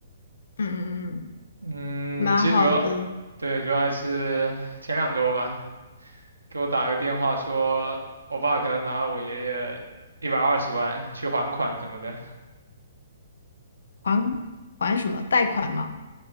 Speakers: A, on the left; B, on the right.
A: 嗯嗯嗯，
B: 嗯，
A: 蛮好的，
B: 其实主要对主要还是前两周吧，给我打个电话说，我爸可能拿了我爷爷一百二十万去还款什么的。
A: 还还什么贷款嘛，